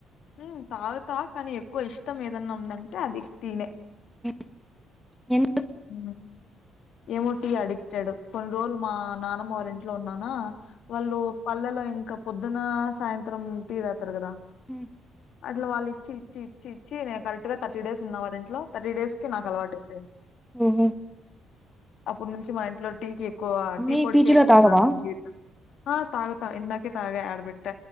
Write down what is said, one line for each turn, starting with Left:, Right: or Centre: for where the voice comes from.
Left: ఉమ్ తాగుతా కానీ ఎక్కువ ఇష్టం ఏదన్నా ఉందంటే అది టీ నే
Centre: ఉమ్ ఎన్
Left: ఉమ్ ఏమో టీ అడిక్టెడ్ కొన్ని రోజులు మా నానమ్మ వాళ్ల ఇంట్లో ఉన్నానా వాళ్ళు పల్లెల్లో ఇంకా పొద్దున సాయంత్రం టీ తాగుతారు కదా
Centre: ఉమ్
Left: అట్లా వాల్లు ఇచ్చి ఇచ్చి ఇచ్చి ఇచ్చి నేను కరెక్ట్ గా థర్టీ డేస్ ఉన్న వాళ్ళ ఇంట్లో థర్టీ డేస్ కి నాకు అలవాటు అయిపోయింది
Centre: ఓహో
Left: అప్పటి నుంచి మా ఇంట్లో టీ కి ఎక్కువ టీ
Centre: మీ
Left: పొడికే
Centre: పీజీలో
Left: అయిపోతంది
Centre: తాగవా
Left: జీవితం ఆ తాగుతా ఇందాకే ఆడ పె ట్ట